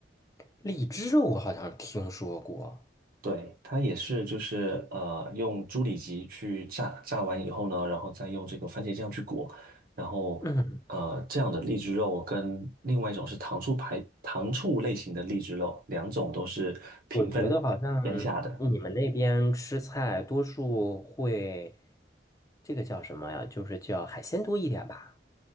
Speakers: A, on the left (about 20°); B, on the right (about 55°).
A: 荔枝我好像听说过。
B: 对，它也是，就是呃，用猪里脊去炸，炸完以后呢，然后再用这个番茄酱去裹，然后呃，
A: 嗯，
B: 这样的荔枝肉跟另外一种是糖醋排糖醋类型的荔枝肉，两种都是平分天下的
A: 我觉得好像你们那边吃菜多数会，这个叫什么呀？就是叫海鲜多一点吧。